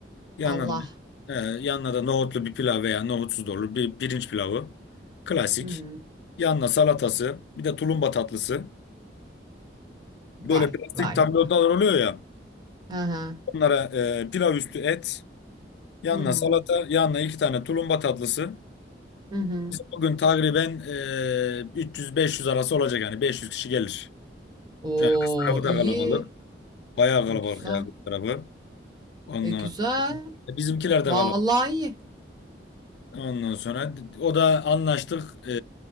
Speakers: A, on the left; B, on the right.
A: Yanına
B: Allah.
A: da, e, yanına da nohutlu bir pilav veya nohutsuz da olur. Bir pirinç pilavı. Klasik.
B: Hı hı.
A: Yanına salatası. Bir de tulumba tatlısı. Böyle
B: Vay
A: plastik
B: vay
A: tablolar
B: vay.
A: oluyor ya.
B: Aha.
A: Onlara e, pilav üstü et. Yanına
B: Hı hı.
A: salata. Yanına iki tane tulumba tatlısı.
B: Hı hı.
A: Biz bugün takriben e, 300-500 arası olacak yani 500 kişi gelir.
B: Oo
A: Şu an kız tarafı
B: iyi.
A: da kalabalık. Bayağı kalabalık
B: E, güzel.
A: ya kız tarafı. Ondan,
B: E güzel.
A: e, bizimkiler
B: Vallahi
A: de kalabalık.
B: iyi.
A: Ondan sonra o da anlaştık. E,